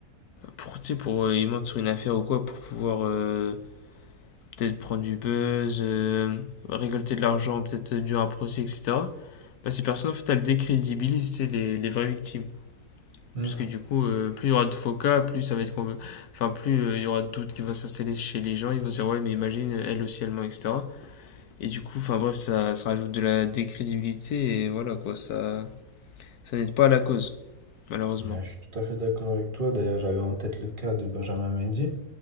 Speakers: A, on the left; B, on the right.
A: pour, tu sais, pour, euh, ils mentent sur une affaire ou quoi, pour pouvoir euh, peut-être prendre du buzz, euh, récolter de l'argent, peut-être dû à un procès, etc. Bah, ces personnes, en fait, elles décrédibilisent tu sais, les, les vraies victimes.
B: Hmm.
A: puisque du coup, euh, plus il y aura de faux cas, plus ça va être qu'on veut- enfin plus euh, il y aura de doutes qui vont s'installer chez les gens, ils vont se dire ouais mais imagine elle aussi elle ment, etc. Et du coup, enfin bref, ça, ça rajoute de la décrédibilité et voilà quoi, ça, ça n'aide pas à la cause, malheureusement.
B: Ouais, je suis tout à fait d'accord avec toi. D'ailleurs, j'avais en tête le cas de Benjamin Mendy.